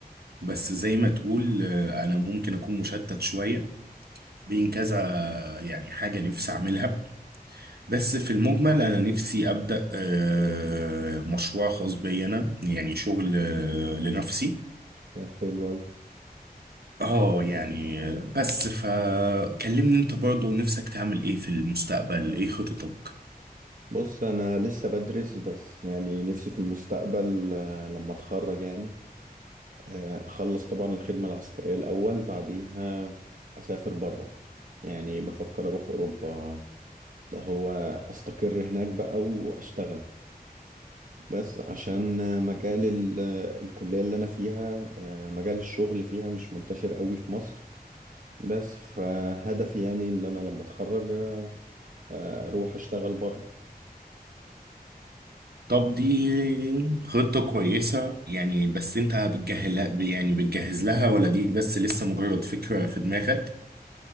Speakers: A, on the right; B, on the right.
A: بس زي ما تقول آه، انا ممكن اكون مشتت شوية بين كذا يعني حاجة نفسي اعملها بس في المجمل انا نفسي ابدا آه، مشروع خاص بي انا يعني شغل آه، لنفسي
B: آه، حلو اوي
A: اه يعني آه، بس فكلمني انت برضه نفسك تعمل ايه في المستقبل ايه خططك
B: بص انا لسه بدرس بس يعني نفسي في المستقبل آه، لما اتخرج يعني آه، اخلص طبعا الخدمة العسكرية الاول بعديها اسافر برا يعني بفكر اروح اوروبا ده هو استقر هناك بقى واشتغل بس عشان مجال ال- الكلية اللي أنا فيها آه، مجال الشغل فيها مش منتشر قوي في مصر بس فهدفي يعني ان انا لما اتخرج آه، اروح اشتغل بره
A: طب دي خطة كويسة يعني بس انت بتجهلها يعني بتجهز لها ولا دي بس لسه مجرد فكرة في دماغك؟